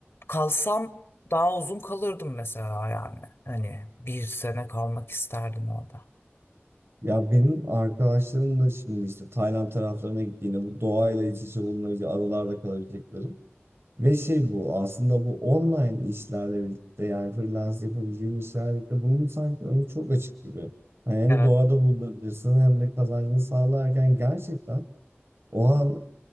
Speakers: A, on the left; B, on the right.
A: kalsam daha uzun kalırdım mesela yani. Hani bir sene kalmak isterdim orada.
B: Ya benim arkadaşlarım da şimdi işte Tayland taraflarına gittiğinde bu doğayla iç içe bulunabilecek adalarda kalabilecekleri. Ve şey bu aslında bu online işlerle birlikte yani freelance yapabileceğin işlerle birlikte bunun sanki önü çok açık gibi. Yani hem
A: Evet.
B: doğada bulunabilirsin hem de kazancını sağlarken gerçekten o an